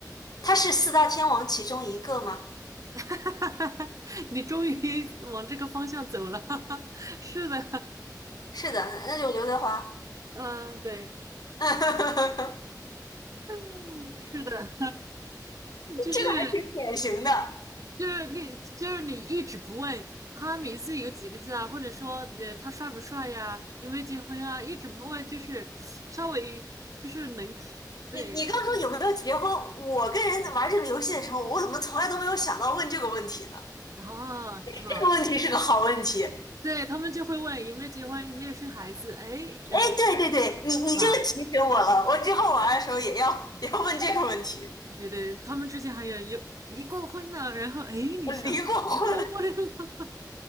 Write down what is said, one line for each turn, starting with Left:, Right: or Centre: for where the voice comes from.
Left: 他是四大天王其中一个吗？
Right: <laughs> 哈哈哈哈你终于往这个方向走了，<laughs> 是的，
Left: 是的，那就刘德华。
Right: 嗯，对，
Left: <laughs> OK，
Right: 嗯，是的，<laughs> 就是
Left: 这个还挺典型的。
Right: 就是你就是你一直不问他名字有几个字啊，或者说呃他帅不帅呀，有没有结婚啊，一直不问，就是稍微就是能对，
Left: 你你刚说有没有结婚？
Right: 然后
Left: 我跟人玩这个游戏的时候，我怎么从来都没有想到问这个问题呢？
Right: 啊是吧？
Left: 这个问题是个好问题。哎，
Right: 对他们就会问有没有结婚，有没有生孩子，哎呃
Left: 对对对，你你这个提醒我了，
Right: 吧，
Left: 我之后玩的时候也要 <laughs> 也要问这个问题。
Right: 对对对，他们之间还有有离过婚呢，然后哎你想离过婚。
Left: 我离过婚，
Right: <laughs>